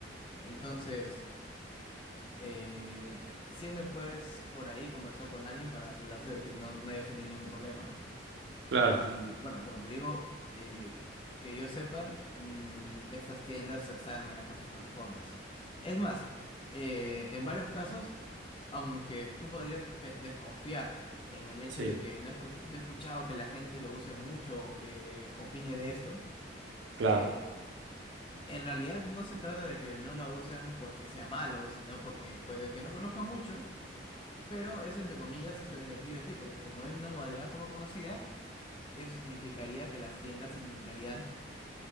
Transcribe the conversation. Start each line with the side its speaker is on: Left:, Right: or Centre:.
Left: Entonces, eh, siempre puedes por ahí conversar con alguien para asegurarse de que no, no hayas tenido ningún problema.
Right: claro,
Left: Y bueno, como te digo, eh, que yo sepa, mm, estas tiendas sa- saben manejar sus plataformas. Es más, eh, en varios casos aunque tú podrías pe- desconfiar en el hecho
Right: sí,
Left: de que no escu- yo he escuchado que la gente lo use mucho o que opine de esto,
Right: claro.
Left: eh, en realidad no se trata de que no lo usen porque sea malo, sino porque puede que no conozcan mucho, pero eso entre comillas <laughs> te beneficia a ti, porque como es una modalidad poco conocida, eso significaría que las tiendas intentarían